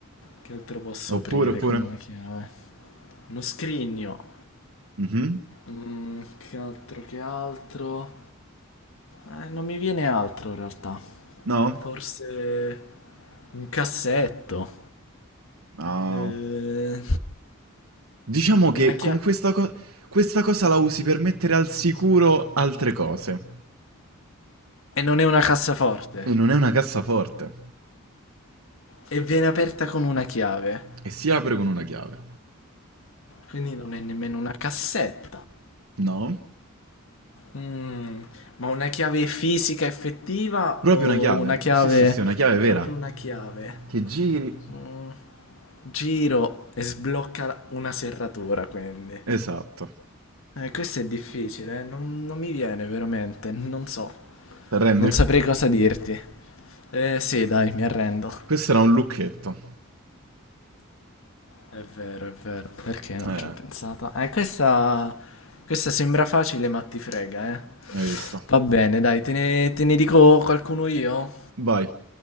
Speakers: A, on the left; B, on the right.
A: Che altro posso
B: Oppure,
A: aprire
B: oppure...
A: con una chiave? Uno scrigno.
B: Mhm.
A: Mm, che altro, che altro? Eh, non mi viene altro in realtà.
B: No?
A: Forse un cassetto.
B: No.
A: Eh,
B: Diciamo che
A: una
B: con
A: chiave.
B: questa cosa... Questa cosa la usi per mettere al sicuro altre cose.
A: E non è una cassaforte.
B: E non è una cassaforte.
A: E viene aperta con una chiave.
B: E si apre con una chiave.
A: Quindi non è nemmeno una cassetta.
B: No?
A: Mm, ma una chiave fisica effettiva
B: Proprio
A: o
B: una chiave.
A: una chiave...
B: Sì, sì, sì, una chiave vera.
A: Proprio una chiave.
B: Che giri.
A: Mm, giro e sblocca la- una serratura, quindi.
B: Esatto.
A: Eh, questo è difficile, eh, non, non mi viene veramente, non so.
B: Te rendi?
A: Non saprei cosa dirti. Eh sì, dai, mi arrendo.
B: Questo era un lucchetto.
A: È vero, è vero. Perché non
B: Eh,
A: ci ho pensato? Eh, questa... questa sembra facile, ma ti frega, eh.
B: hai visto.
A: Va bene, dai, te ne, te ne dico qualcuno io.
B: Vai,